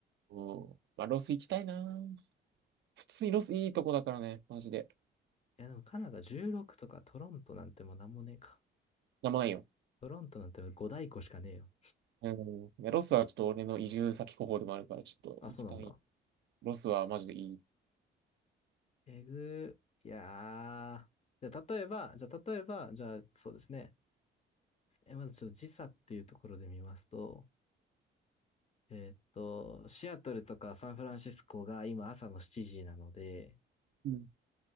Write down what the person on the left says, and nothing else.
いやでもカナダ16とかトロントなんてもうなんもねえか。
トロントなんて5大湖しかねえよ。
あ、そうなんだ。
えぐー。いやー。じゃあ例えば、じゃあ例えば、じゃあそうですね。え、まずちょっと時差っていうところで見ますと、えーっと、シアトルとかサンフランシスコが今朝の7時なので、